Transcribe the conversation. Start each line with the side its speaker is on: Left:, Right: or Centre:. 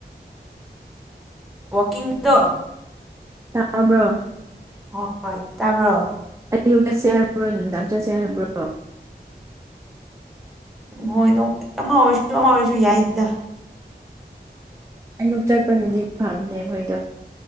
Centre: ꯋꯥꯀꯤꯡꯗꯣ
Right: ꯇꯥꯕ꯭ꯔꯣ
Centre: ꯍꯣꯏ ꯍꯣꯏ ꯇꯥꯕ꯭ꯔꯣ
Right: ꯑꯩꯌꯨꯛ ꯆꯠꯁꯦ ꯍꯥꯏꯕ꯭ꯔꯣ ꯅꯨꯃꯤꯗꯥꯡ ꯆꯠꯁꯦ ꯍꯥꯏꯕ꯭ꯔꯣ
Centre: ꯎꯝ ꯍꯣꯏ ꯑꯃ ꯑꯣꯏꯔꯁꯨ ꯑꯃ ꯑꯣꯏꯔꯁꯨ ꯌꯥꯏꯗ
Right: ꯑꯌꯨꯛ ꯆꯠꯄꯅꯗꯤ ꯐꯕꯅꯦ ꯑꯩꯈꯣꯏꯗꯣ